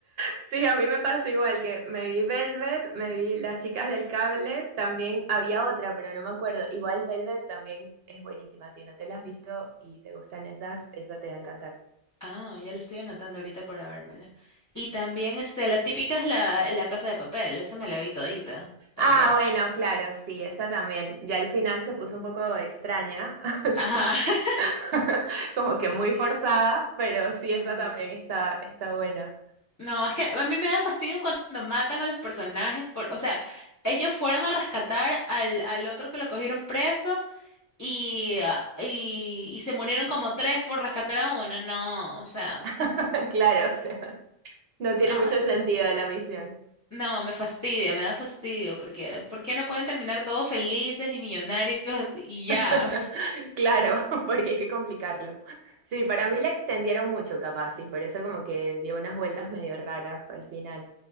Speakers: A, on the right; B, on the left.
A: Sí, a mí me pasó igual que me vi Velvet, me vi Las Chicas del Cable, también había otra, pero no me acuerdo. Igual Velvet también es buenísima, si no te la has visto y te gustan esas, esa te va a encantar.
B: Ah, ya lo estoy anotando ahorita para vérmela. Y también, este, la típica es la, la Casa de Papel, esa me la vi todita, también.
A: Ah, bueno, claro, sí, esa también. Ya al final se puso un poco extraña, <laughs>
B: Ajá.
A: como,
B: <laughs>
A: <laughs> como que muy forzada, pero sí,
B: Ujú.
A: esa también está, está buena.
B: No, es que a mí me da fastidio cuando matan a los personajes por, o sea, ellos fueron a rescatar al, al otro que lo cogieron preso y, ah, y, y se murieron como tres por rescatar a uno. No, o sea,
A: <laughs> Claro, o sea, no tiene
B: no,
A: mucho sentido la misión.
B: no, me fastidia, me da fastidio, porque ¿por qué no pueden terminar todos felices y millonarios y ya?
A: <laughs> Claro, <laughs> porque hay que complicarlo. Sí, para mí la extendieron mucho, capaz, y por eso como que dio unas vueltas medio raras al final.